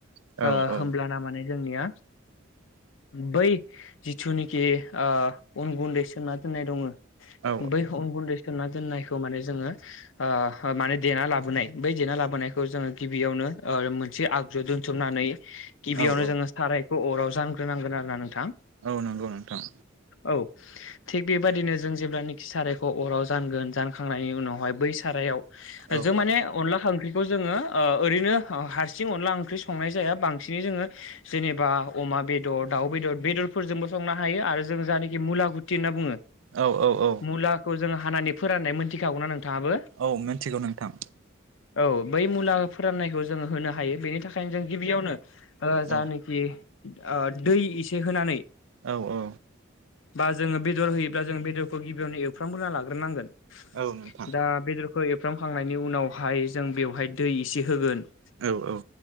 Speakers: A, on the right; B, on the left.
A: औ
B: ओ
A: औ
B: होमब्लाना माने जोंनिया बै जिथुनिखि ओ अन गुन्दै सोमना दोननाय दङो
A: औ
B: बै अन गुन्दै सोमना दोननायखौ माने जोङो ओ माने देना लाबोनाय बै देना लाबोनायखौ जोङो गिबियावनो ओ मोनसे आगजु द थुमनानै गिबियावनो
A: औ औ
B: जोङो सारायखौ अराव जानग्रोनांगोन आरो ना नोंथां।
A: औ नंगौ नोंथां।
B: औ थिग बेबादिनो जों जेब्लानिख सारायखौ अराव जानगोन जानखांनायनि उनावहाय बै सारायाव
A: औ
B: जों
A: औ
B: माने अनला ओंख्रि खौ जोङो ओ ओरैनो हारसिं अनला ओंख्रि संनाय जाया बांसिनै जोङो जेनेबा अमा बेदर दाउ बेदर बेदरफोरजोंबो संनो हायो आरो जों जानाखि मुलागुथि होनना बुङो।
A: औ औ
B: मुलाखौ जोङो हानानै फोराननाय मोनथिखागौना नोंथाङाबो?
A: औ मिन्थिगौ नोंथां।
B: औ बै मुला फोराननायखौ जोङो होनो हायो बेनि थाखायनो जों गिबियावनो ओ
A: औ
B: जानेखि ओ दै एसे होनानै
A: औ औ।
B: बा जोङो बेदर होयोब्ला जों बेदरखौ गिबियावनो एवफ्रामग्रोना लाग्रोनांगोन।
A: औ नोंथां
B: दा बेदरखौ एरफ्रामखांनायनि उनावहाय जों बेवहाय दै इसे होगोन।
A: औ औ।